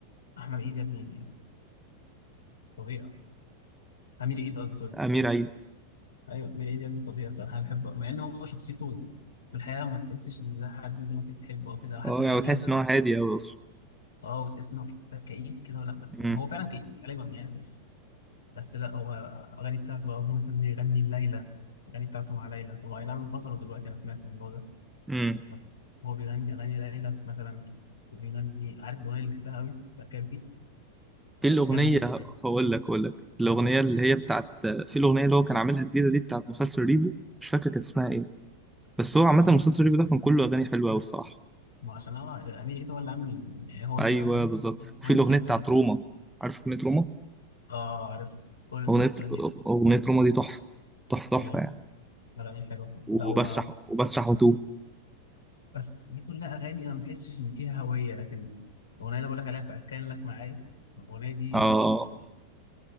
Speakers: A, on the left (about 70°); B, in the centre.
A: احمد عيد يا ابني فظيع امير عيد قصدي سوري
B: امير عيد
A: ايوه امير عيد يا ابني فظيع بصراحه انا بحبه مع ان هو شخصيته في الحقيقه ما تحسش ان ده حد انت ممكن تحبه او كده حتى
B: اه
A: في
B: يعني
A: الافلام
B: تحس ان هو هادي قوي اصلا
A: اه وتحس انه كئيب كده لا بس
B: امم
A: هو فعلا كئيب غالبا يعني بس بس لا هو اغاني بتاعته بقى هو مثلا بيغني ليلى اغاني بتاعته مع ليلى هو اي نعم انفصلوا دلوقتي انا سمعت الموضوع ده
B: امم
A: بس هو بيغني اغاني ليلى مثلا وبيغني عارف الاغنيه اللي بحبها قوي بتاع كارتي
B: في الاغنيه
A: كان لك يعني
B: هقول لك هقول لك الاغنيه اللي هي بتاعت في الاغنيه اللي هو كان عاملها جديده دي بتاعت مسلسل ريفو مش فاكر كانت اسمها ايه بس هو عامه مسلسل ريفو ده كان كله اغاني حلوه قوي الصراحه
A: ما عشان هو امير عيد هو اللي عامل يعني هو
B: ايوه
A: في مسلسل
B: بالظبط وفي
A: عامل
B: الاغنيه
A: كل التراكات
B: بتاعت روما عارف اغنيه روما
A: اه عارف كل الطرق
B: أغنية
A: تؤدي
B: أغنية روما دي تحفة تحفة تحفة
A: ايوه
B: يعني
A: الاغاني الحلوه
B: وبسرح
A: لو
B: وبسرح وتوه
A: بس دي كلها اغاني انا ما بحسش ان فيها هويه لكن الاغنيه اللي بقول لك عليها بتاعت كان لك معايا الاغنيه دي
B: آه
A: مش طبيعية.